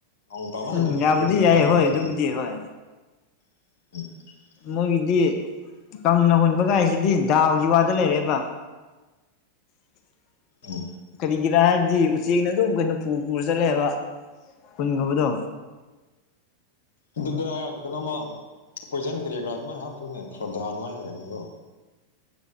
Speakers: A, on the left; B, on the left.
A: ꯅꯣꯡ ꯇꯃꯟꯗ꯭ꯔꯗꯤ
B: ꯎꯝ ꯌꯥꯕꯨꯗꯤ
A: ꯑꯗꯨꯃꯥꯏꯅ
B: ꯌꯥꯏ
A: ꯇꯧꯅ
B: ꯍꯣꯏ ꯑꯗꯨꯕꯨꯗꯤ
A: ꯒꯅꯤ
B: ꯍꯣꯏ
A: <inaudible>
B: ꯃꯣꯏꯒꯤꯗꯤ ꯀꯪꯅ ꯍꯨꯟꯕꯒꯥꯏꯁꯤꯗꯤ ꯗꯥꯎꯒꯤ ꯋꯥꯗ ꯂꯩꯔꯦꯕ <inaudible>
A: ꯎꯝ
B: ꯀꯔꯤ ꯒꯤꯔꯥꯏꯗꯤ ꯎꯆꯦꯛꯅ ꯑꯗꯨꯝ ꯀꯩꯅꯣ ꯄꯨ ꯄꯨꯔ ꯆꯠꯂꯦꯕ ꯈꯨꯨꯟꯒꯤꯕꯗꯣ
A: ꯑꯗꯨꯗ ꯀꯩꯅꯣꯃ ꯄꯣꯏꯖꯟꯀꯔꯤ ꯀ꯭ꯔꯥ ꯑꯗꯨꯃꯥꯏꯅ ꯍꯥꯞꯇꯣꯏꯅꯦ ꯐꯣꯗꯥꯅꯉꯥꯏ ꯍꯥꯏꯅꯗꯣ